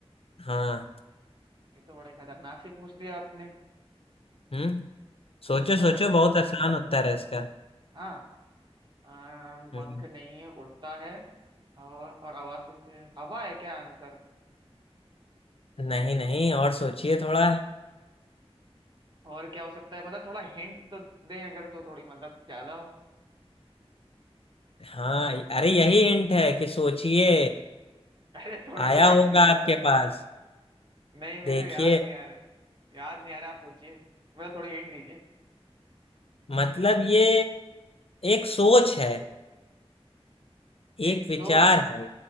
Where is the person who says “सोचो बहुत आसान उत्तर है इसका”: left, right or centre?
Left